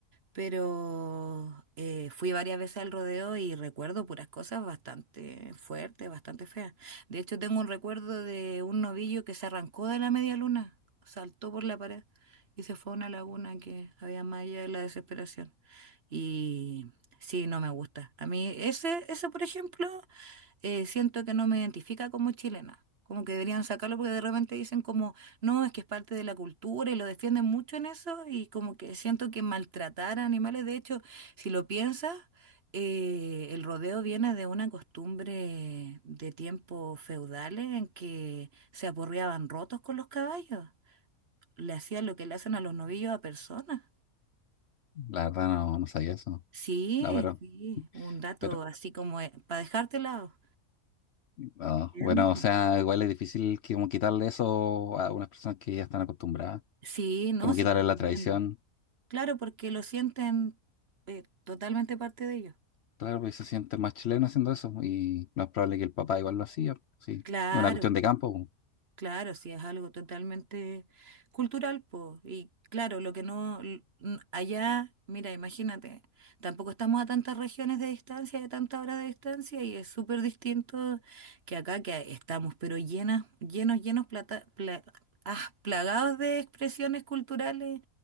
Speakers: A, on the right; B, on the left.
A: Pero eh, fui varias veces al rodeo y recuerdo puras cosas bastante fuertes, bastante feas. De hecho, tengo un recuerdo de un novillo que se arrancó de la media luna, saltó por la pared y se fue a una laguna que había más allá de la desesperación. y Sí, no me gusta. A mí ese, ese por ejemplo, eh, siento que no me identifica como chilena. Como que deberían sacarlo porque de repente dicen como, no, es que es parte de la cultura y lo defienden mucho en eso y como que siento que maltratar a animales, de hecho, si lo piensas, eh, el rodeo viene de una costumbre de tiempos feudales en que se aporreaban rotos con los caballos, le hacían lo que le hacen a los novillos a personas.
B: La verdad no, no sabía eso.
A: Sí,
B: No, pero,
A: sí, un dato
B: pero,
A: así como para dejarte lado.
B: no.
A: Sí,
B: Bueno,
A: amigo.
B: o sea, igual es difícil que como quitarle eso a unas personas que ya están acostumbradas.
A: Sí, no,
B: Como
A: sí
B: quitarle
A: lo entiendo.
B: la tradición.
A: Claro, porque lo sienten eh, totalmente parte de ellos.
B: Claro, pues se siente más chileno haciendo eso y no es probable que el papá igual lo hacía, sí,
A: Claro,
B: es una cuestión de campo, po.
A: Claro, sí, es algo totalmente cultural, pues. Y claro, lo que no, l- n- allá, mira, imagínate, tampoco estamos a tantas regiones de distancia, de tantas horas de distancia, y es súper distinto que acá, que estamos, pero llenas, llenos, llenos, plata, pla- ah, plagados de expresiones culturales,